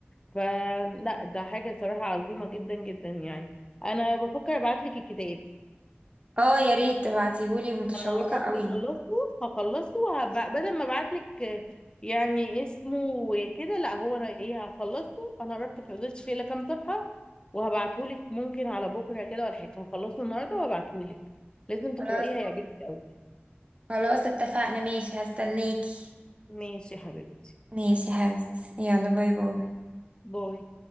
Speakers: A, on the left; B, on the right.
A: فلا ده حاجة صراحة عظيمة جدا جدا يعني أنا بفكر أبعتلك الكتاب
B: اه يا ريت تبعتيهولي متشوقه
A: أنا قربت
B: قوي
A: أخلصه هخلصه وهب... بدل ما أبعتلك يعني اسمه وكده لا هو أنا إيه هخلصه أنا قربت فضلتش فيه إلا كام صفحة وهبعتهولك ممكن على بكرة كده ولا حاجة هخلصه النهاردة وهبعتهولك لازم تقرأيه
B: خلاص
A: هيعجبك أوي
B: خلاص اتفقنا ماشي هستناكي
A: ماشي يا حبيبتي
B: ماشي هست يلا باي باي
A: باي